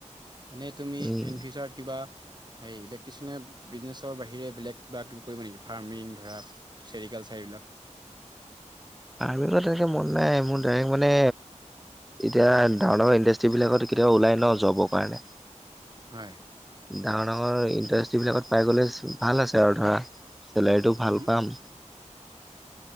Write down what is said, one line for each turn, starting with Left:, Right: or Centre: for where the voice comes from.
Right: এনেই তুমি
Centre: উম
Right: ইনফিউচাৰ কিবা এই ইলেক্ট্ৰিচিয়নে বিজনেচৰ বাহিৰে বেলেগ কিবা কিবি কৰিবা নেকি ফাৰ্মিং ধৰা চেৰিকালচাৰ, এইবিলাক
Centre: <unintelligible> মন নাই। মোৰ ডাইৰেক্ট মানে এতিয়া, ডাঙৰ-ডাঙৰ ইণ্ডাষ্ট্ৰ্ৰী বিলাকত, কেতিয়াবা ওলাই ন'! জবৰ কাৰণে।
Right: হয়!
Centre: ডাঙৰ ডাঙৰ ইণ্ডাষ্টিজ বিলাকত পাই গ'লে ভাল আছে আৰু ধৰা চেলাৰীটো ভাল
Right: হুম,
Centre: পাম